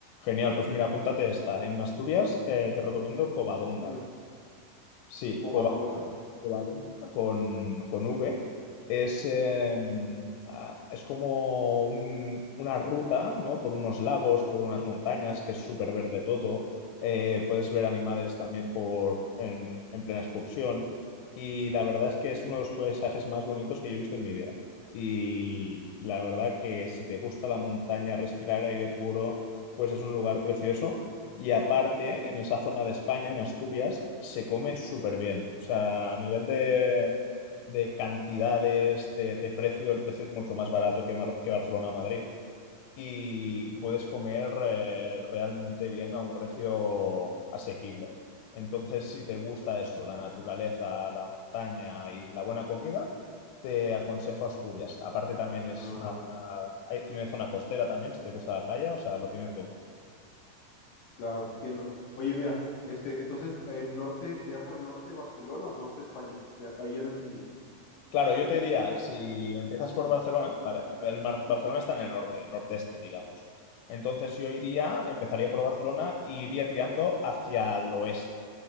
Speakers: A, on the left (about 85°); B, on the left (about 70°).
A: genial, pues mira, apúntate esta. En Asturias, eh, te recomiendo Covadonga
B: Asturias,
A: Sí,
B: Covadonga.
A: Cova- Covadonga con, con V. Es, eh, ah, es como un- una ruta, ¿no? Por unos lagos, por unas montañas, que es súper verde todo. Eh, puedes ver animales también por, en, en plena excursión. Y la verdad es que es uno de los paisajes más bonitos que yo he visto en mi vida. Y, y la verdad que si te gusta la montaña, respirar aire puro, pues es un lugar precioso. Y aparte, en esa zona de España, en Asturias, se come súper bien. O sea, a nivel de, de cantidades, de, de precio, el precio es mucho más barato que, Mar- que Barcelona o Madrid. Y, y puedes comer eh, realmente bien a un precio asequible. Entonces, si te gusta eso, la naturaleza, la montaña y la buena comida, te aconsejo Asturias. Aparte, también es
B: Ah,
A: una zona, hay- tiene zona costera también, si te gusta la playa, o sea, lo tiene todo.
B: claro, entiendo. Oye, mira, este, entonces, el norte, ¿sería por el norte de Barcelona o norte de España? Ya, ahí ya no entendí.
A: Claro, yo te diría, si empiezas por Barcelona, ¿vale? El Mar- Barcelona está en el norte, norteste, digamos. Entonces yo iría, empezaría por Barcelona y iría tirando hacia el oeste.